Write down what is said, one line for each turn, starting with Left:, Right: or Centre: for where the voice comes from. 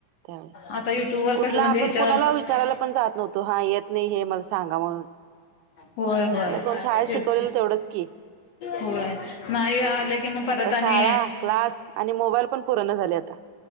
Right: त्यावेळी
Left: आता युट्यूब वर
Right: कुठला
Left: कसं म्हणजे
Right: आपण
Left: ह्याच्यावर
Right: कुणाला विचारायला पण जात नव्हतो हा येत नाही हे मला सांगा म्हणून
Left: होय
Right: म्हटलं
Left: होय
Right: कोण शाळेत
Left: तेच
Right: शिकवलेलं
Left: की
Right: तेवढंच की
Left: होय. नाही आले की मग परत
Right: आता शाळा
Left: आणि
Right: क्लास आणि मोबाईल पण पुरेना झाले आता